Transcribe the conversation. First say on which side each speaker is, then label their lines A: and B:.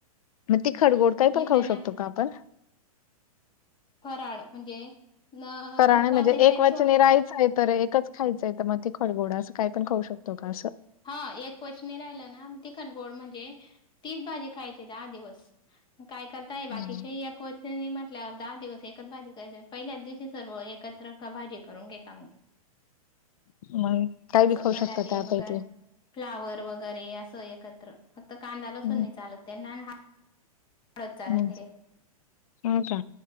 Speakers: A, on the left (about 70°); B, on the left (about 25°).
A: मग तीखट गोड काही पण
B: इकडे
A: खाऊ
B: ना
A: शकतो का आपण
B: फराळ म्हणजे न
A: <unintelligible> म्हणजे
B: उपवास
A: एक
B: टाइम
A: वचने
B: सोड
A: राहायचं. तर एकच खायचंय, तर मग तिखट-गोड असं काही पण खाऊ शकतो का? असं.
B: हा एक वचनी राहिल ना, तिखट गोड म्हणजे, तीच भाजी खायची दहा दिवस. म काय करताय बाकीचे
A: हम्म.
B: एक वचनी म्हणजे <unintelligible> दहा दिवस एकच भाजी, पहिल्याच दिवशी सर्व एकत्र भाजी करून घेता मग.
A: मग काही
B: असं
A: बी खाऊ
B: बटाटे
A: शकता त्यापैकी
B: वगैर फ्लावर वगैरे असं एकत्र, फक्त कांदा-लसुण
A: हम्म
B: नय चालत त्यांना त चार
A: हम्म
B: ते <unintelligible>
A: हो का